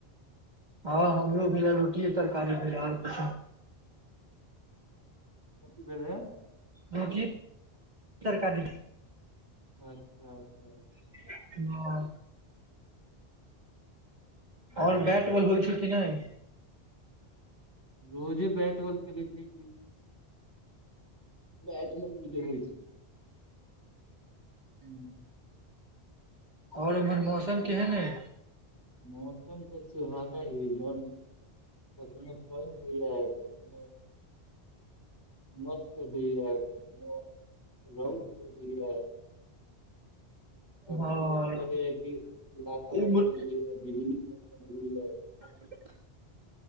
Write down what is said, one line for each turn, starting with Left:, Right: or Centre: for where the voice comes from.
Right: हँ हमरो भेले रोटीये तरकारी भेले और किछ नहि
Left: कथि भेलै
Right: रोटीये <unintelligible> तरकारी
Left: अच्छा अच्छा अच
Right: <unintelligible>
Left: अच्छा।
Right: आओर बैट बॉल होइ छै कि नहि
Left: रोजे बैट बॉल खेलै छियै की तर <unintelligible> जे होइ छै हूंम्म
Right: और इम्हर मौसम केहन अय
Left: मौसम तऽ सुहाना ही एकदम कखनो पानि होइया कखनो मस्त तऽ <unintelligible> को दैय कखनो
Right: हँ
Left: एहन करैया कि लाका लकय
Right: इम्हर
Left: लगैया बिजली करके लगैया <unintelligible>
Right: <inaudible>